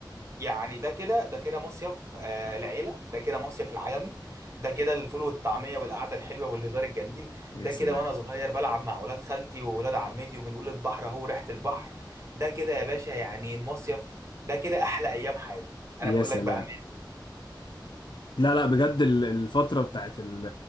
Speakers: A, on the right; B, on the left.
A: يعني ده كده ده كده مصيف آه العيلة ده كده مصيف العجمي ده كده الفول والطعمية والقعدة الحلوة والهزار الجميل
B: يا
A: ده
B: سلام
A: كده وأنا صغير بلعب مع ولاد خالتي وولاد عمتي وبنقول البحر أهو ريحة البحر ده كده يا باشا يعني مصيف ده كده أحلى أيام حياتي أنا
B: يا
A: بقول
B: سلام
A: لك بقى
B: لا لا بجد ال- الفترة بتاعت ال